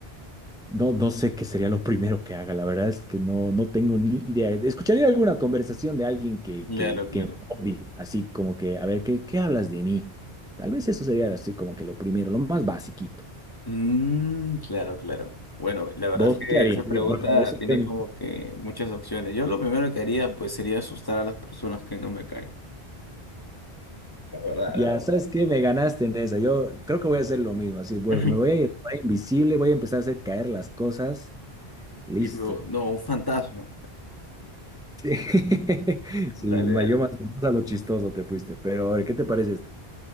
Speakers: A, in the centre; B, on the left.
A: No, no sé qué sería lo primero que haga, la verdad es que no, no tengo ni idea. Escucharía alguna conversación de alguien que,
B: Claro,
A: que,
B: claro.
A: que me odie, así como que, a ver, ¿qué, qué hablas de mí? Tal vez eso sería así como que lo primero, lo más basiquito.
B: Mm, claro, claro. Bueno, la verdad
A: ¿Vos
B: es que
A: qué harías?
B: esa pregunta
A: Porque a veces
B: tiene
A: quiero-
B: como que muchas opciones. Yo lo primero que haría pues sería asustar a las personas que no me caen. La verdad,
A: Ya,
B: la verdad.
A: ¿sabes que Me ganaste en esa. Yo creo que voy a hacer lo mismo, así, voy-
B: <laughs>
A: me voy a ir invisible, voy a empezar a hacer caer las cosas, listo.
B: Y luego, no, un fantasma.
A: <laughs> Sí,
B: Dale,
A: ma-
B: dale.
A: yo más, más a lo chistoso te fuiste, pero a ver, ¿qué te parece esta?